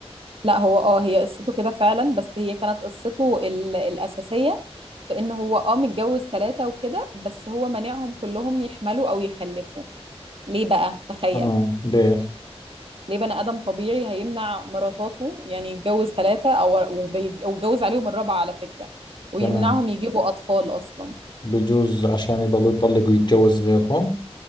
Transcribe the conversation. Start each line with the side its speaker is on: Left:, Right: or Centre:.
Right: لا هو اه هي قصته كده فعلا بس هي كانت قصته ال- الأساسية في ان هو اه متجوز ثلاثة وكده بس هو مانعهم كلهم يحملوا او يخلفوا ليه بقى تخيل
Left: اه ليش
Right: ليه بني آدم طبيعي هيمنع مراتاته يعني يتجوز ثلاثة أو وبيج- ويتجوز عليهم الرابعة على فكرة ويمنعهم
Left: تمام
Right: يجيبوا أطفال أصلا
Left: بجوز عشان يضلوا يطلقوا ويتجوز غيرهم